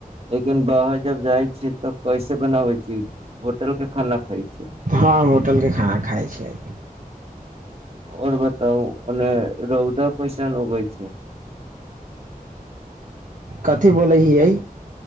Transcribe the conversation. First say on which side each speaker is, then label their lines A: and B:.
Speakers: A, on the right; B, on the right.
A: लेकिन बाहर जब जाइ छी तब कैसे बनाबै छी होटल के खाना खाइ छी
B: हँ होटलके खाना खाइ छियै
A: आओर बताउ रौदा कैसन उगै छै।
B: कथी बोलै हियै।